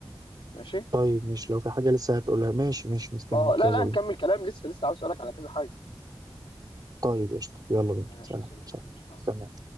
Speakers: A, on the left (about 80°); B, on the right (about 45°).
A: ماشي
B: طيب مش لو في حاجة لسه هتقولها ماشي ماشي مستنيك
A: اه لا
B: يلا
A: لا هنكمل
B: بينا
A: كلام لسه لسه عاوز اسالك على كذا حاجه
B: طيب قشطة يلا بينا
A: ماشي
B: سلام
A: يا صديقي
B: سلام
A: ماشي مع السلامه
B: تمام